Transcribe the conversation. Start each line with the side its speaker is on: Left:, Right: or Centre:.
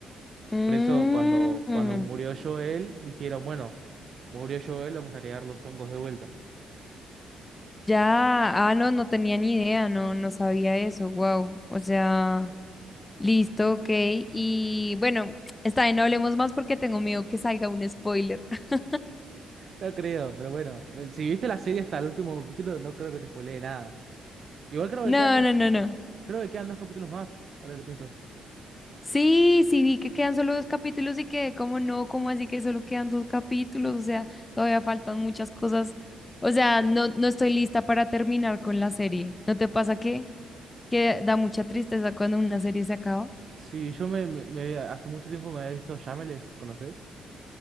Left: Mm,
Right: Por eso cuando,
Left: mm.
Right: cuando murió Joel, dijeron, bueno, murió Joel, vamos a agregar los hongos de vuelta.
Left: ya, ah, no, no tenía ni idea, no, no sabía eso, wow. O sea, listo, ok. Y bueno, está bien, no hablemos más porque tengo miedo que salga un spoiler. <laughs>
Right: No creo, pero bueno, si viste la serie hasta el último capítulo, no creo que te spoilee nada. Igual creo
Left: No,
Right: que quedan, do-
Left: no, no, no.
Right: creo que quedan dos capítulos más, ahora que lo pienso.
Left: Sí, sí, vi que quedan solo dos capítulos y que, como no? como así que solo quedan dos capítulos? O sea, todavía faltan muchas cosas. O sea, no, no estoy lista para terminar con la serie. ¿No te pasa que, que da mucha tristeza cuando una serie se acaba?
Right: Sí, yo me, me- me- hace mucho tiempo me había visto Shameless, ¿conoces?